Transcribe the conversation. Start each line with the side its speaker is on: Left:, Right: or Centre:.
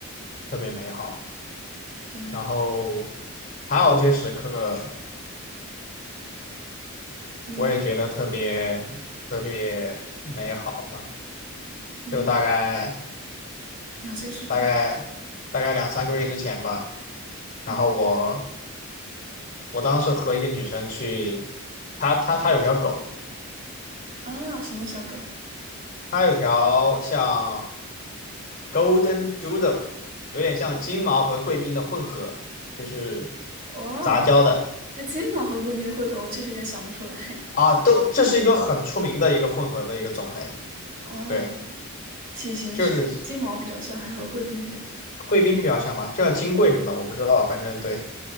Left: 特别美好。
Right: 对，
Left: 然后还有一些时刻
Right: 嗯
Left: 我也觉得特别特别美好吧，
Right: 嗯，
Left: 就大概
Right: 哪些是个
Left: 大概大概两三个月之前吧。然后我
Right: 嗯
Left: 我当时和一个女生去，她她她有条狗，
Right: 啊什么小狗？
Left: 她有条像 Golden Doodle，有点像金毛和贵宾的混合，就是
Right: 哇哦！
Left: 杂交的
Right: 那金毛和贵宾的汇合，我确实有点想不出来。<laughs>
Left: 啊，都这是一个很出名的一个混合的一个种类，
Right: 哦，
Left: 对，
Right: 体型是和金毛比较像，
Left: 就是
Right: 还是和贵宾比较像？
Left: 贵宾比较像吧，就像金贵什么的，我不知道，反正对，